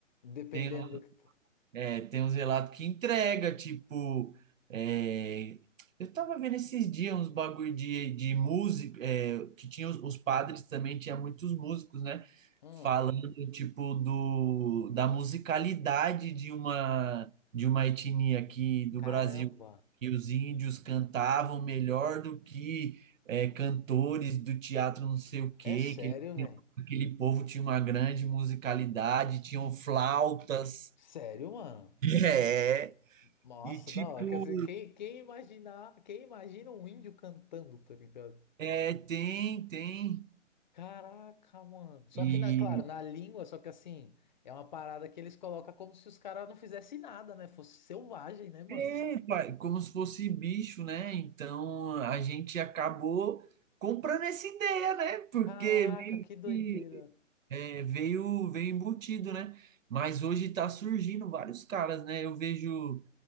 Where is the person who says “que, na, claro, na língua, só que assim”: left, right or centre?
Left